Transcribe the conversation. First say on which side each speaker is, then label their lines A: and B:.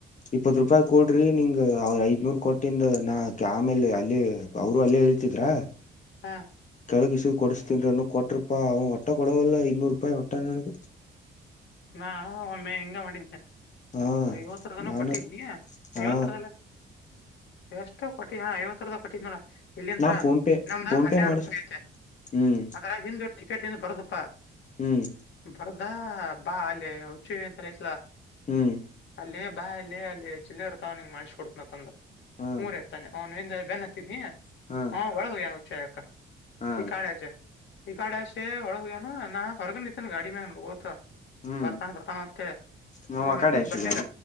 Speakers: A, on the left; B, on the left.
A: ಇಪ್ಪತ್ ರೂಪಾಯಿ ಕೊಡ್ರಿ ನಿಂಗ ಅವ ಐದ್ನೂರ್ ಕೊಟ್ಟಿಂದ ನಾ ಆಮೇಲೆ ಅಲ್ಲಿ ಅವರು ಅಲ್ಲೇ ಇಳತಿ ಆಂದ್ರ
B: ಹಾ
A: ಕೆಳಗ್ ಇಸ ಕೊಡಿಸಸ್ತನ್ರ ಕೊಟ್ಟ ರೂಪಾ ಅವ ಹೊಟ್ಟ ಕೊಡವಲ್ಲ ಇನ್ನೂರು ರೂಪಾಯಿ ಹೊಟ್ಟ ನನಗ್
B: ನಾ ಒಮ್ಮೆ ಹಿಂಗ ಮಾಡಿದ್ದೇನೆ
A: ಹಾ
B: ಐವತ್ತರದನ
A: ನಾನು
B: ಕೊಟ್ಟಿದ್ನಿ
A: ಹಾ
B: ಐವತ್ತರದಲ್ಲ ಎಷ್ಟೋ ಕೊಟ್ಟಿದಾ ಐವತ್ತರದ ಕೊಟ್ಟಿದ್ನಳ ಇಲ್ಲಿಂತ್ರ
A: ನಾ ಫೋನ್ ಪೇ
B: ನಮ್ದ
A: ಫೋನ್
B: ಹನ್ನೆರಡು
A: ಪೇ ಮಾಡಸ
B: ರೂಪಾಯಿ ಐತೆ
A: ಹ್ಮ್
B: ಅದ್ರ ಹಿಂದಟ್ಟ ಕ್ರಿಕೆಟ್ ಬರದಪ್ಪಾ
A: ಹ್ಮ್
B: ಬರದ ಬಾ ಅಲ್ಲೇ ಹುಚ್ಚ ಅಂತಸ್ಲಾ
A: ಹ್ಮ್
B: ಅಲ್ಲಿಬಾ ಅಲ್ಲಿ ಅಲ್ಲಿ ಚಿಲ್ಲರು ತಾವ ನಿ ಮಾಡಸ ಕೊಡ್ತನ ಅ ತಂದ
A: ಹಾ
B: ಮೂಊರ ಹತಾನೆ ಅವ್ನು ಹಿಂದ ಬೆನ್ ಹತ್ತಿದನಿ
A: ಹಾ
B: ಹ್ ಒಳಗ್ಯ ಉಚ್ಚಾಯಕ
A: ಹಾ
B: ಹಿಕಾಡೆ ಹಿಕಾಡೆಚ ಒಳನು ನ ಹೊರಗ ಗಾಡಿ ಮತ
A: ಹ್ಮ್
B: ಬರ್ತಾನ ಬರ್ತಾನ ಉತ್ತೆ
A: ನಾವ್
B: ಹ್
A: ಆ
B: ಅಲ್ಲಿ
A: ಕಡೆ
B: ಬರ್ಲಿಲ್ಲ
A: ಶುಗಾನ